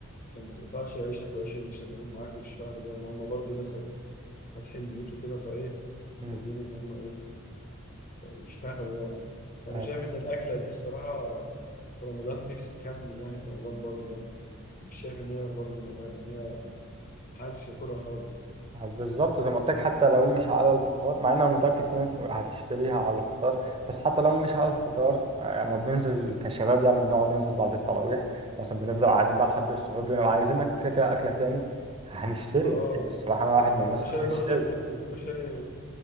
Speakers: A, on the left; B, on the right.
A: عشان ما تقطعش عيشك وعيش اللي شغالين معاك الشهر ده ما هم برضو ناس فاتحين بيوت وكده فايه
B: مم.
A: محتاجين ان هم ايه يشتغلوا يعني فأنا
B: أيوه.
A: شايف إن الأكلة دي الصراحة في رمضان نفسي تكمل يعني في رمضان برضه يعني مش شايف إن هي برضه ملها- إن هي محدش ياكلها خالص
B: بالظبط زي ما قلت لك حتى لو مش على الفطار مع ان انا متاكد في ناس هتشتريها على الفطار بس حتى لو مش على الفطار آه، اما بننزل كشباب يعني بنقعد ننزل بعد التراويح مثلا بنفضل قاعدين بقى لحد السحور بنبقى عايزين ناكل كده كده اكله تاني هنشتري
A: اه
B: يعني الصراحه انا واحد من الناس
A: وأنا شايف
B: اللي هتشتري
A: برضه إن الكشري